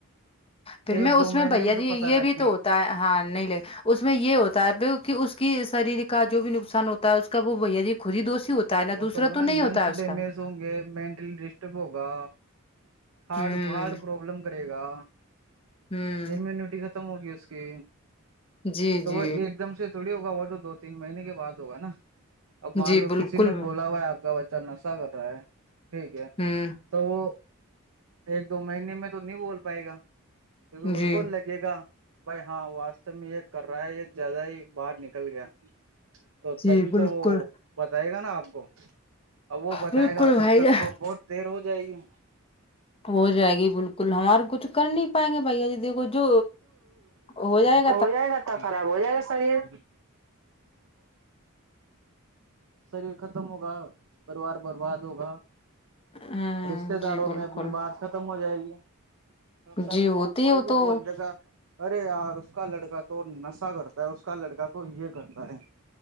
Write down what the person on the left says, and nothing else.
پھر
میں اس
میں
بھیا جی
یہ
بھی تو ہوتا ہے ہاں نہیں ل اس میں یہ ہوتا ہے کہ اس کی شریر کا جو بھی نقصان ہوتا اس کا وہ بھیا جی خود ہی دوستی ہوتا ہے نا
تو دوسرا
نہیں ہوتا
ہے اس
کا
ہوں
ہوں
جی
جی
جی
بالکل
ہوں
جی
جی
بالکل
بالکل
بھائی
جان
ہو جائے گی بالکل ہمارے کچھ کر نہیں پائیں گے بھیا جی دیکھو جو ہو جائے گا
ہ
جی
بالکل
جی ہوتی
ہے وہ
تو